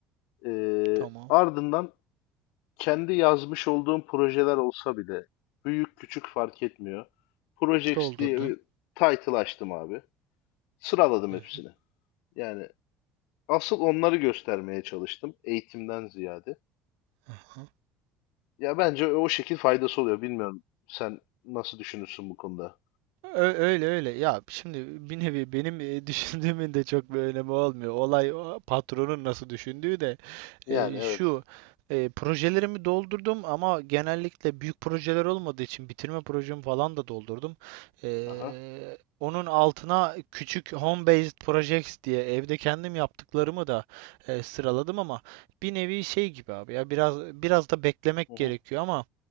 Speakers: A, on the left; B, on the right.
A: Ee,
B: Tamam.
A: ardından kendi yazmış olduğum projeler olsa bile büyük küçük fark etmiyor. Projects
B: Doldurdun.
A: diye bir title açtım abi. Sıraladım
B: Hı
A: hepsini.
B: hı.
A: Yani asıl onları göstermeye çalıştım eğitimden ziyade.
B: Hı hı.
A: Ya bence o şekil faydası oluyor. Bilmiyorum sen nasıl düşünürsün bu konuda?
B: Ö- Öyle öyle. Ya şimdi bir nevi benim e, <laughs> düşündüğümün de çok bir önemi olmuyor. Olay o patronun nasıl düşündüğü de
A: Yani
B: e,
A: evet.
B: şu e, projelerimi doldurdum ama genellikle büyük projeler olmadığı için bitirme projemi falan da doldurdum. E,
A: Aha.
B: onun altına küçük home based projects diye evde kendim yaptıklarımı da e, sıraladım ama bir nevi şey gibi abi ya biraz biraz da beklemek
A: Hı hı.
B: gerekiyor ama